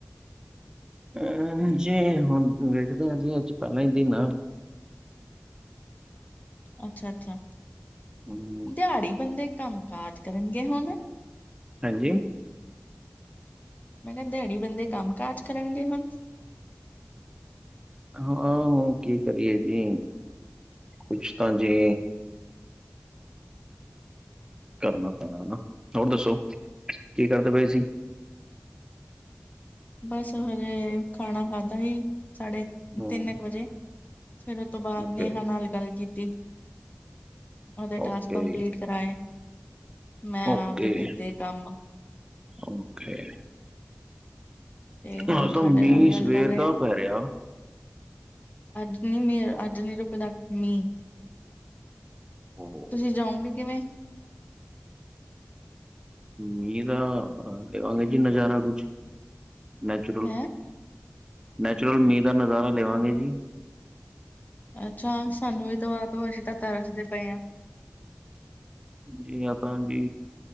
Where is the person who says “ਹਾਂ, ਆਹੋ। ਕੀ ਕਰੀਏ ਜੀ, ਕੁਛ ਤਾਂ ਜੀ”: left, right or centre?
Right